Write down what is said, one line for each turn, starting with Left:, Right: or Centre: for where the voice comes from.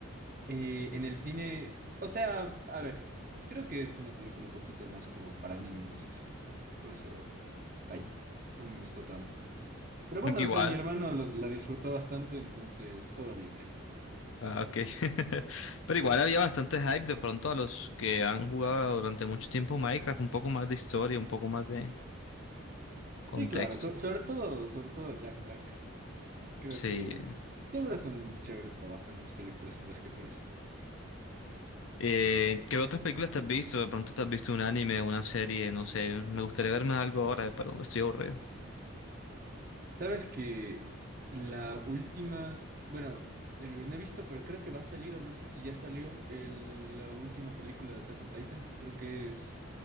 Right: eh, en el cine. O sea, a ver, creo que es una película un poquito más como para niños, así. Entonces, por eso, ay, no me gustó tanto. Pero bueno,
Left: Aunque Igual,
Right: o sea, mi hermano lo- la disfrutó bastante, entonces todo bien.
Left: ah, ok. <laughs> Pero igual había bastante hype de pronto a los que han jugado durante mucho tiempo Minecraft, un poco más de historia, un poco más de contexto.
Right: Sí, claro, so- sobre todo, sobre todo Jack Black. Creo
Left: Sí.
Right: que siempre es un chévere trabajo en las películas en las que aparece.
Left: Eh, ¿qué otras películas te has visto? De pronto te has visto un anime, una serie, no sé. Me gustaría verme algo ahora, pero estoy aburrido.
Right: Sabes que la última, bueno, eh, no he visto, pero creo que va a salir, o no sé si ya salió, el- la última película de Attack on Titan, que creo que es